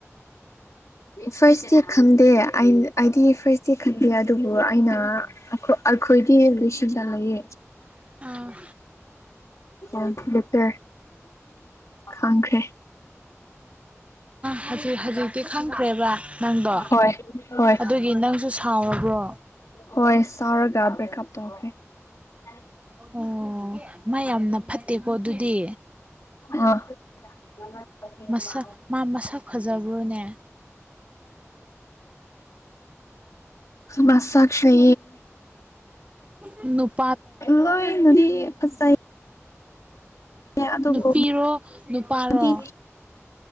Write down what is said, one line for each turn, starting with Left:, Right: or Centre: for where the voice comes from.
Left: ꯐꯥꯔꯁ ꯗꯦ ꯈꯪꯗꯦ ꯑꯩꯅ ꯑꯥꯢ ꯗꯤ ꯐꯔꯦꯁ ꯇꯤ ꯈꯟꯕ ꯌꯥꯗꯦ ꯑꯗꯨꯕꯨ ꯑꯩꯅ ꯑꯩꯈꯣꯏꯗꯤ ꯔꯤꯂꯁꯟꯂꯌꯦ
Right: ꯑꯥ
Left: ꯑꯦꯇꯔ ꯈꯪꯈ꯭ꯔꯦ
Right: ꯍꯧꯖꯤꯛ ꯍꯧꯖꯤꯛꯇꯤ ꯈꯪꯈ꯭ꯔꯦꯕ ꯅꯪꯗꯣ
Left: ꯍꯣꯏ ꯍꯣꯏ
Right: ꯑꯗꯨꯒꯤ ꯅꯪꯁꯨ ꯁꯥꯎꯔꯕ꯭ꯔꯣ
Left: ꯍꯣꯏ <unintelligible>
Right: ꯑꯣ ꯃꯥ ꯌꯥꯝꯅ ꯐꯠꯇꯦꯀꯣ ꯑꯗꯨꯗꯤ
Left: ꯑ ꯃꯥ <unintelligible>
Right: ꯃꯁꯛ ꯃꯥ ꯃꯁꯛ ꯐꯖꯕ꯭ꯔꯣ ꯅꯦ
Left: ꯃꯁꯛꯁꯦ
Right: <unintelligible> ꯅꯣꯛ
Left: <unintelligible> ꯐꯖꯩ ꯑꯗꯨꯕꯨ
Right: ꯅꯨꯄꯤꯔꯣ ꯅꯨꯄꯥꯔꯣ
Left: ꯃꯥꯗꯤ